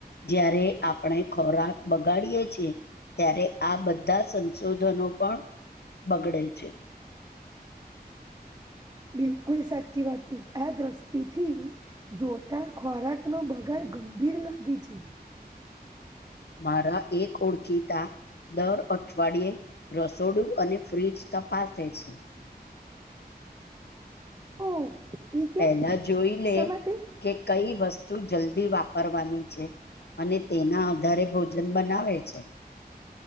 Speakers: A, on the left; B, on the right.
A: જયારે આપણે ખોરાક બગાડીએ છીએ ત્યારે આ બધા સંશોધનો પણ બગડે છે. <inaudible>
B: બિલકુલ સાચી વાત આ દ્રષ્ટિથી જોતા ખોરાક નો બગાડ ગંભીર લાગે છે.
A: મારા એક ઓળખીતા દર અઠવાડિયે રસોડું અને ફ્રીજ તપાસ છે.
B: ઓ એ કે
A: પહેલા જોઈ લે
B: સા માટે
A: કે કઈ વસ્તુ જલ્દી વાપરવાની છે. અને તેના આધારે ભોજન બનાવે છે.